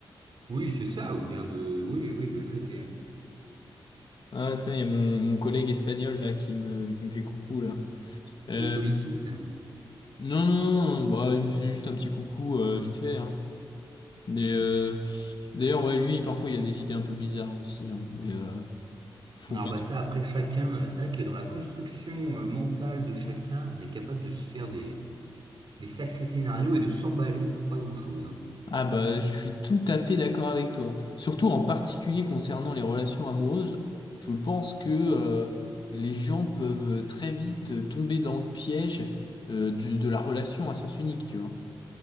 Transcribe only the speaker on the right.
Oui, c'est ça, ou bien de... Oui, oui, de le traiter,
qui
te sollicite.
Alors
bah ça, après, chacun, euh, c'est vrai que dans la construction euh, mentale de chacun, on est capable de se faire des, des sacrés scénarios et de s'emballer pour pas grand-chose. hein.